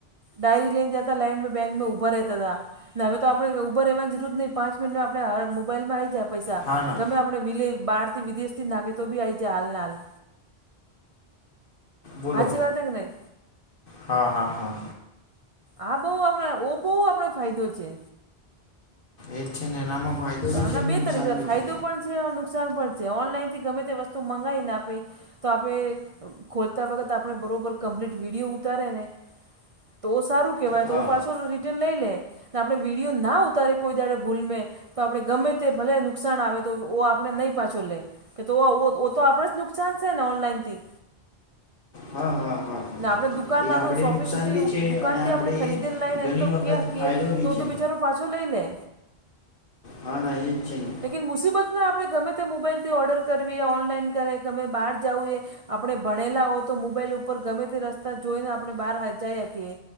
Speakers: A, on the right (about 40°); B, on the left (about 60°).
A: ડાયરી લેને જતા લાઈન બેંકમાં ઊભા રહેતા હતા. ના હવે તો આપણે ઉભર રહેવાની જરૂર જ નહી પાંચ મિનટ આપણે મોબાઈલમાં આ આવી જાય પૈસા
B: હા ના
A: ગમે આપણે વિલે બાર થી વિદેશથી નાખે તો બી આવી જાય હાલ ને હાલ...
B: બોલો
A: હાચી વાત હ કે નઈ.
B: હા હા હા.
A: આ બહું આપણે ઓ બહુ આપણે ફાયદો છે.
B: એજ છે ને એનામાં ફાયદો
A: તો
B: બી
A: આના
B: છે ને
A: બે
B: નુકસાન
A: તરીકે
B: ભી
A: ફાયદો
B: છે.
A: નુકસાન પણ છે ઓનલાઈન થી ગમે તે વસ્તુ મંગીને આપે તો આપે ખોલતા વખત આપણે બરોબર કમ્પ્લીટ વિડીયો ઉતારેને તો સારું. કેવાય તો
B: હા
A: પાછ <unintelligible> રિટર્ન લઈ લે આપણે વિડીયો ના ઉતારે કોઈ ત ભૂલ મે. તો આપણે ગમે તે ભલે નુકસાન આવે તો ઓ આપણે નહીં પાછો લે... કે તો તો આપણે જ નુકસાન છે ને ઓનલાઈનથી
B: હા હા હા. હા
A: ના આપડે દુકાન
B: એ
A: આપ
B: આપણે
A: શોપિંગ
B: નુકસાન
A: થી
B: બી છે
A: દુકાનથી
B: અને
A: આપણે ખરીદી ને લઈ ને
B: ઘણી
A: એને તો
B: વખત
A: ક કએ
B: ફાયદો બી છે
A: તો બિચારો. પાછો લઈ લે.
B: હા એ છેન <inaudible>
A: લેકન મુસીબતમાં આપણે ગમે તે મોબાઈલથી ઓર્ડર કરવીએ ઓનલાઈન કરે ગમે બહાર જાવું એ. આપણે ભણેલા હોય તો મોબાઈલ ઉપર ગમે તે રસ્તા જોઈને આપણે બહાર હચાઈ આપકીએ.